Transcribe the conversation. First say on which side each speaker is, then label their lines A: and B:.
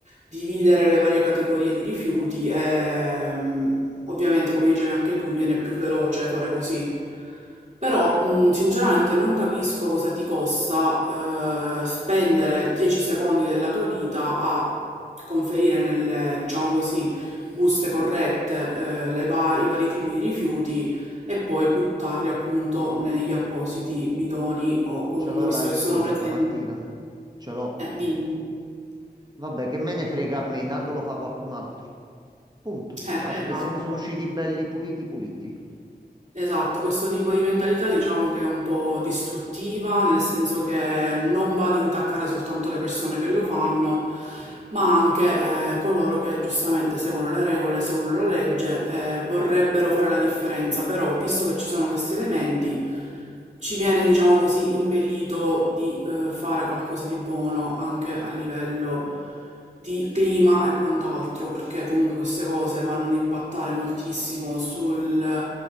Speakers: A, on the right; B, on the right.
A: dividere le varie categorie di rifiuti e mh, ovviamente, come dicevi anche tu, viene più veloce fare così. Però, mh, sinceramente, non capisco cosa ti costa eh, spendere 10 secondi della tua vita a conferire nelle, diciamo così, buste corrette eh, le va- i vari tipi di rifiuti e poi buttarli appunto negli appositi bidoni o comunque,
B: Ce l'ho
A: visto
B: la risposta,
A: che sono presenti.
B: Martina. Ce l'ho.
A: Eh, dimmi.
B: Vabbè, che me ne frega a me, tanto lo fa qualcun altro. Punto.
A: Eh,
B: Facile,
A: esatto.
B: se ne sono usciti belli puliti puliti.
A: Esatto, questo tipo di mentalità diciamo che è un po' distruttiva, nel senso che non va ad intaccare soltanto le persone che lo fanno, ma anche eh, coloro che giustamente seguono le regole, seguono la legge e vorrebbero fare la differenza, però visto che ci sono questi elementi, ci viene, diciamo così, impedito di eh, fare qualcosa di buono anche a livello di clima e quant'altro, perché comunque queste cose vanno ad impattare moltissimo sul